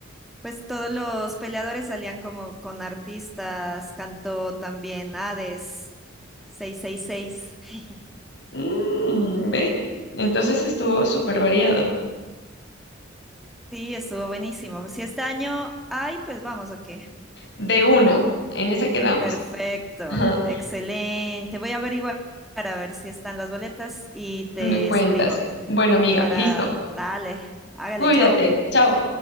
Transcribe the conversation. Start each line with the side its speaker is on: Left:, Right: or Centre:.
Centre: Pues todos los peleadores salían como con artistas, cantó también Hades 666. <laughs>
Left: Mm, ve. Entonces estuvo súper variado.
Centre: Sí, estuvo buenísimo. Si este año hay, pues vamos, ok.
Left: De una, en esa quedamos.
Centre: Perfecto,
Left: Ajá,
Centre: excelente. Voy a averiguar para ver si están las boletas y te
Left: Me cuentas.
Centre: escribo
Left: Bueno, amiga,
Centre: para...
Left: listo.
Centre: Dale, hágale,
Left: Cuídate.
Centre: chao.
Left: Chao.